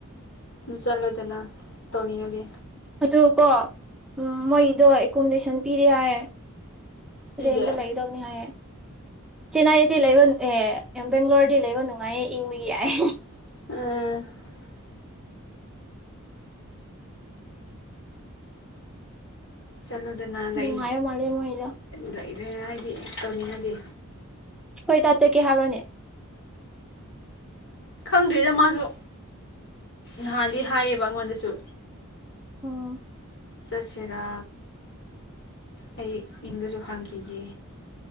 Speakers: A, on the left; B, in the centre.
A: ꯆꯂꯣꯗꯅ ꯇꯧꯅꯤꯒꯗꯤ
B: ꯑꯗꯨ ꯀꯣ ꯎꯝ ꯃꯣꯏꯗ ꯀꯨꯨꯝꯗꯦ ꯁꯪ ꯄꯤꯔꯦ ꯍꯥꯏ
A: ꯄꯤꯗꯦ
B: ꯔꯦꯟꯗ ꯂꯩꯗꯅꯤ ꯍꯥꯏꯌꯦ ꯆꯦꯟꯅꯥꯏꯗꯤ ꯂꯩꯕ ꯑꯦ ꯕꯦꯡꯒ꯭ꯂꯣꯔꯗꯤ ꯂꯩꯕ ꯅꯨꯡꯉꯥꯏꯌꯦ ꯏꯪꯕꯒꯤ ꯌꯥꯏ
A: <unintelligible> ꯆꯠꯂꯨꯗꯅ ꯂꯩ
B: ꯅꯨꯡꯉꯥꯏꯕ ꯃꯥꯜꯂꯦ ꯃꯣꯏꯗꯣ
A: ꯂꯩꯔꯦ ꯍꯥꯏꯗꯤ ꯇꯧꯅꯤꯡꯉꯗꯤ
B: ꯍꯣꯏ ꯇꯥꯆꯠꯀꯦ ꯍꯥꯏꯔꯣꯅꯦ
A: ꯈꯪꯗ꯭ꯔꯤꯗ ꯃꯥꯁꯨ ꯅꯍꯥꯟꯗꯤ ꯍꯥꯏꯌꯦꯕ ꯑꯩꯉꯣꯟꯗꯁꯨ
B: ꯑꯣꯝ
A: ꯆꯠꯁꯤꯔꯥ ꯑꯩ ꯌꯨꯝꯗꯁꯨ ꯍꯪꯈꯤꯒꯦ